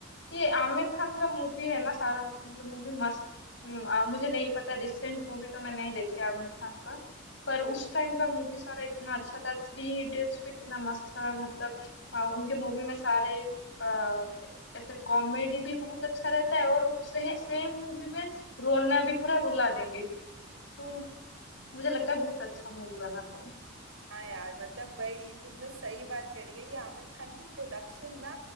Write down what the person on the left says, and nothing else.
ये आमिर खान का मूवी है ना सारा मतलब मूवी मस्त हम्म, आ, मुझे नहीं पता रिसेंट मूवी तो मैं नहीं देखी आमिर खान का पर उस टाइम का मूवी सारा इतना अच्छा था थ्री इडियट्स पे कितना मस्त था मतलब आ, उनके मूवी में सारे आ, ऐसे कॉमेडी भी बहुत अच्छा रहता है और से, सेम मूवी में रोना भी पूरा रुला देंगे तो मुझे लगता है बहुत अच्छा मूवी बनाते हैं